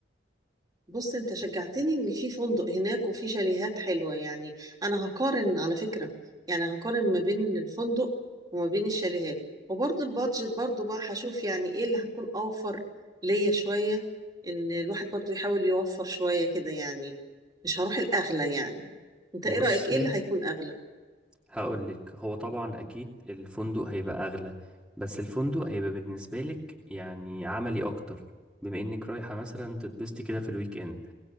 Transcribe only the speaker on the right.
بص انت شجعتني ان في فندق هناك وفي شاليهات حلوة يعني انا هقارن على فكرة يعني هقارن ما بين الفندق وما بين الشاليهات وبرضو البادجت برضو بقى هشوف يعني ايه اللي هتكون اوفر ليا شوية ان الواحد برضو يحاول يوفر شوية كده يعني مش هروح الاغلى يعني انت
ايه رأيك ايه اللي هيكون اغلى